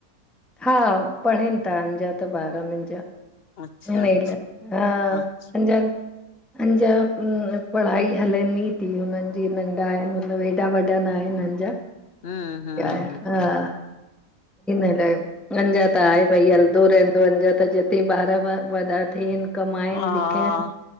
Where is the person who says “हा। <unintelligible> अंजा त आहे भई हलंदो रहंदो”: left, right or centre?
Centre